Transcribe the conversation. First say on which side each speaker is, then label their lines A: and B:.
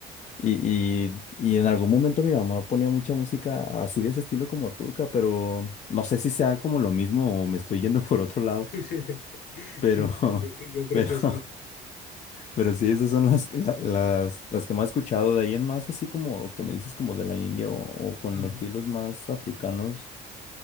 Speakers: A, on the left (about 45°); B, on the left (about 70°).
A: Y, y, y en algún momento mi mamá ponía mucha música así de ese estilo como turca, pero no sé si sea como lo mismo o me estoy yendo <laughs> por otro lado.
B: sí. <laughs>
A: Pero, <laughs>
B: No, yo, yo creo que
A: pero,
B: sí.
A: pero sí, esas son las, que- la- las, las que más he escuchado. De ahí en más, así como que me dices como de la India o, o con
B: Ajá.
A: estilos más africanos,